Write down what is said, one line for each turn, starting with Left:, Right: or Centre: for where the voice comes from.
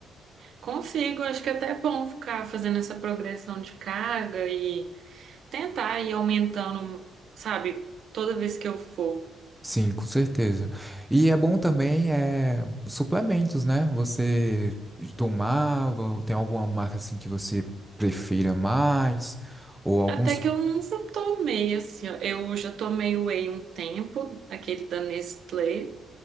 Right: consigo, acho que até é bom ficar fazendo essa progressão de carga e tentar ir aumentando, sabe, toda vez que eu for.
Centre: Sim, com certeza. E é bom também é, suplementos, né? Você tomava, tem alguma marca assim que você prefira mais? Ou alguns.
Right: Até que eu nunca tomei, assim, ó. eu já tomei whey um tempo, aquele da Nestlé,